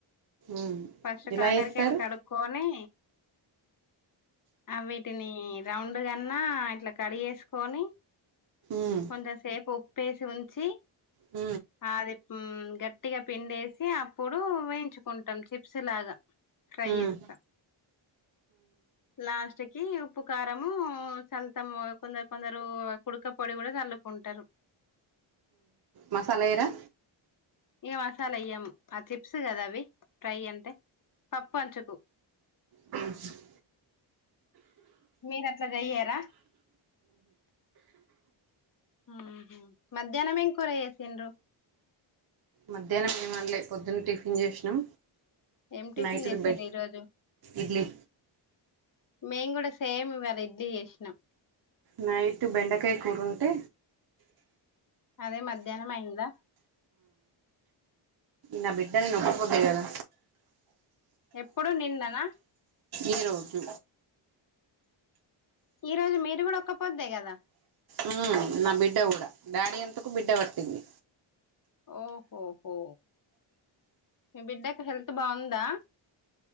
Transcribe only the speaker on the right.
ఉమ్
ఎలా
చేస్తారు
ఉమ్
ఊ
ఉమ్
మసాలా ఎయ్యరా
తుమ్మ సౌండ్
మధ్యాహ్నం ఏమన్లే పొద్దున్న టిఫిన్ చేసినాం
నైట్
బె
ఇడ్లీ
నైట్ బెండకాయ కూరుంటే
నా బిడ్డ నేను ఒక్కపొద్దు కదా
ఈ రోజు
ఆ నా బిడ్డ కూడా డాడి అందుకు బిడ్డ పడతది